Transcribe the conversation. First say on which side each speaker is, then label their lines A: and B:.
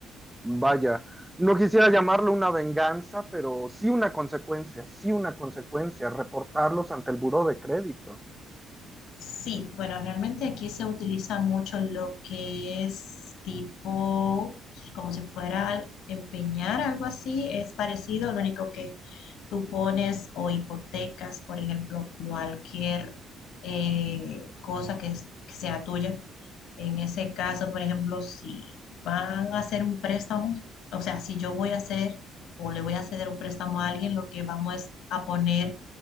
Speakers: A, in the centre; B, on the left.
A: vaya, no quisiera llamarlo una venganza, pero sí una consecuencia, sí una consecuencia, reportarlos ante el buró de crédito.
B: Sí, bueno, realmente aquí se utiliza mucho lo que es tipo, como si fuera al- empeñar, algo así, es parecido, lo único que tú pones o hipotecas, por ejemplo, cualquier eh, cosa que, es- que sea tuya. En ese caso, por ejemplo, si van a hacer un préstamo, o sea, si yo voy a hacer o le voy a ceder un préstamo a alguien, lo que vamos es a poner